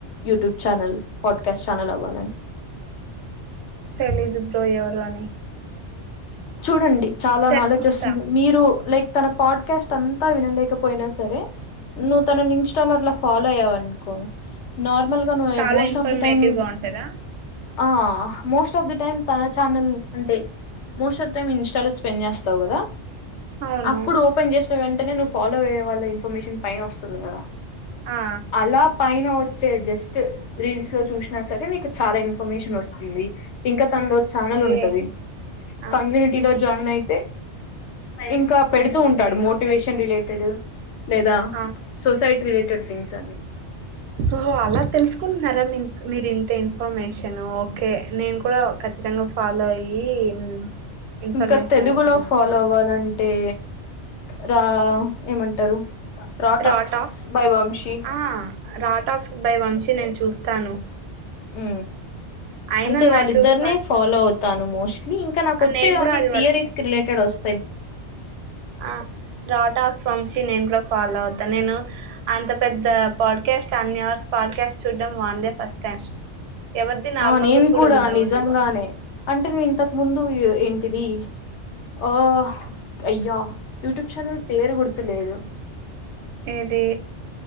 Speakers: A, on the left (about 75°); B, on the right (about 70°).
A: వటిూబ్ చనల్ పడ్కస్ చనల్ అవ్వాలి అని
B: తెలిదు బ్రో ఎవరు అని
A: చూడండి చాలా
B: ఈసారి
A: నాలెడ్జ్
B: చూస్తా
A: ఒస్తుంది మీరు లేక్ తన పాడ్క్యాస్ట్ అంతా వినలేకపోయినా సరే నువ్వు తనని
B: ఉమ్
A: ఇంస్టాలో అట్ల ఫాలో అయ్యవ్ అన్కో నార్మల్గా
B: ఉమ్
A: నువే
B: చాలా
A: most
B: informative
A: of the time
B: గా ఉంటదా
A: ఆ మోస్ట్ ఆఫ్ ది టైమ్ తన ఛానల్ అంతే మోస్ట్ అఫ్ టైమ్ ఇన్స్టాలో స్పెండ్ జ్యాస్తవ్ గదా
B: అవును
A: అప్పుడు ఓపెన్ జెస్ సో వెంటనే నువ్వు ఫాలో అయ్యే వాళ్ళ ఇన్ఫర్మేషన్ పైన ఒస్తుంది కదా
B: ఆ
A: అలా పైన ఒచ్ చే జస్ట్ రీల్స్ లో చూశ్నా సరే నికు చాలా ఇన్ఫర్మేషన్ ఒస్తుంది ఇంక తన్దో ఛానల్
B: ఓకే
A: ఉంటది
B: ఆ
A: సంగ్ గినిటిలోజ్ జాయిన్ అయితే ఇంకా పెడుతూ ఉంటాడు మోటివేషన్ రిలేటెడ్ లేదా
B: ఆ
A: సొసైట్ రిలేటెడ్ థింగ్స్ అన్ని
B: ఓహో అలా తెలుస్కున్నారా మిన్క్ మీరు ఇంతేన్ ఇన్ఫర్మేషను ఓకే నేన్ కూడా ఖచ్చితంగా ఫాలో అయ్యి ఇన్ ఇన్ఫర్మేషన్
A: ఇంకా తెలుగులో
B: అనేది తెలుసుకుంటా.
A: ఫాలో అవ్వాలంటే రా ఏమంటారు రాటాక్స్
B: రాటాక్
A: బై వంశీ
B: ఆ రాటాక్స్ బై వంశీ నేన్ చు చూస్తాను
A: ఊ
B: అయినా
A: అంతే వాళ్ళిద్దర్నే
B: నాకు ఫస్ట్
A: ఫాలో అవుతాను మోశ్ తీ ఇంకా నాకొచ్చేవ్
B: ఆ! నేను గూడా
A: అన్నీ
B: అది
A: థీరీస్
B: వరకు
A: కి రిలేటెడ్ ఒస్
B: ఆ రా టాక్స్ వంశ్ శీ నేన్ గుడా ఫాలో అవ్తా నేను అంత పెద్ద పాడ్క్యాస్ట్ అన్ని అవర్స్ పాడ్క్యాస్ట్ చూడ్డం వాందే ఫస్ట్ టైమ్. ఎవరిది నార్మల్‌గా
A: ఆ నీన్
B: చూడబుద్దవ్వదు.
A: కూడా నిజంగానే అంటే నీ ఇంతక్ ముందు ఏ ఇన్ టిది ఓ అయ్యా యూట్యూబ్ ఛానల్ పేరు గుర్తు లేదు
B: ఏదీ